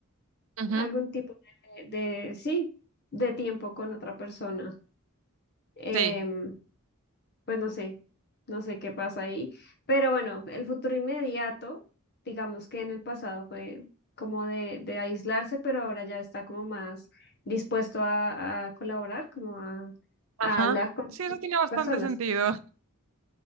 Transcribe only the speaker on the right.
ujú,
Sí,
ajá.
Sí, eso tiene
bastante
sentido.